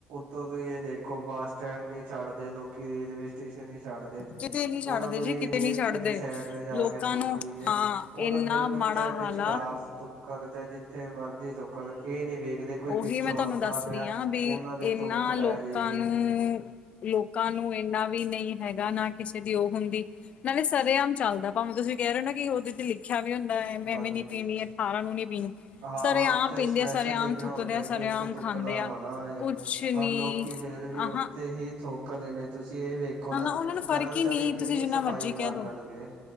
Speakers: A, on the right; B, on the left.
A: ਤੁਸੀਂ ਇਹ ਦੇਖੋ ਬਸ ਸਟੈਂਡ ਨਹੀਂ ਛੱਡਦੇ, ਲੋਕੀ ਰੇਲਵੇ ਸਟੇਸ਼ਨ ਨਹੀਂ ਛੱਡਦੇ,
B: ਕਿਤੇ ਨੀ ਛੱਡਦੇ
A: ਉਹਨਾਂ ਨੂੰ
B: ਜੀ
A: ਇਹ ਨਹੀਂ
B: ਨੀ
A: ਹੈ
B: ਛੱਡਦੇ
A: ਕਿ ਕਿਤੇ ਸਾਇਡ ਜਾਕੇ
B: ਲੋਕਾਂ
A: ਥੁਕਦੀ
B: ਨੂੰ
A: ਏ,
B: ਹਾਂ
A: ਉਹ
B: ਇੰਨਾ
A: ਤਾਂ ਬਿਲ
B: ਮਾੜਾ
A: ਣ ਚਾਹੇ
B: ਹਾਲ
A: ਵਿਚਕਾਰ
B: ਆ
A: ਥੁੱਕਣ, ਚਾਹੇ ਜਿੱਥੇ ਮਰਜ਼ੀ ਥੁੱਕਣ, ਇਹ ਨੀ ਵੇਖਦੇ ਕੋਈ
B: ਓਹੀ
A: ਪਿੱਛੋਂ
B: ਮੈਂ ਤੁਹਾਨੂੰ
A: ਆਉਂਦਾ
B: ਦੱਸ
A: ਪਿਆ
B: ਰਹੀ ਆਂ, ਵੀ
A: ਉਹਨਾਂ ਦੇ
B: ਇਹਨਾਂ
A: ਥੁੱਕ ਪੈ
B: ਲੋਕਾਂ
A: ਜਾਏਗੀ
B: ਨੂੰ ਲੋਕਾਂ ਨੂੰ ਇੰਨਾ ਵੀ ਨਹੀਂ ਹੈਗਾ ਨਾ ਕਿਸੇ ਦੀ ਉਹ ਹੁੰਦੀ, ਨਾਲੇ ਸਰੇਆਮ ਚੱਲਦਾ ਭਾਵੇਂ ਤੁਸੀਂ ਕਹਿ ਰਹੇ ਓ ਨਾ ਕਿ ਉਹਦੇ ਤੇ ਲਿਖ ਲਿਖਿਆ ਵੀ ਹੁੰਦਾ ਏ, ਐਵੇਂ
A: ਹਾਂਜੀ।
B: ਨੀ ਪੀਣੀ ਏ ਅਠਾਰਾਂ ਨੂੰ ਨੀ ਪੀਣੀ
A: ਹਾਂ,
B: ਸਰੇਆਮ
A: ਉੱਥੇ
B: ਪੀਂਦੇ
A: ਸਪੈਸ਼ਲ
B: ਆ ਸਰੇਆਮ
A: ਲਿਖਿਆ
B: ਥੁੱਕਦੇ
A: ਹੁੰਦਾ
B: ਆ
A: ਕਿ
B: ਸਰੇਆਮ
A: ਇੱਥੇ ਥੁੱਕਣਾ
B: ਖਾਂਦੇ ਆ
A: ਮਨਾ ਏ।
B: ਕੁਛ ਨੀ
A: ਪਰ ਲੋਕੀ ਫੇਰ ਵੀ
B: ਆਹਾਂ
A: ਓਥੇ ਹੀ ਥੁੱਕਦੇ ਦੇ ਨੇ, ਤੁਸੀਂ ਇਹ ਵੇਖੋ ਨਾ
B: ਉਹਨਾਂ ਨੂੰ ਫ਼ਰਕ
A: ਕਰਮਚਾਰੀ
B: ਹੀ ਨਹੀਂ
A: ਕਿੰਨੀ
B: ਤੁਸੀਂ ਜਿੰਨਾ
A: ਸਫ਼ਾਈ
B: ਮਰਜ਼ੀ ਕਹਿ
A: ਕਰ
B: ਦੋ
A: ਲੈਣਗੇ?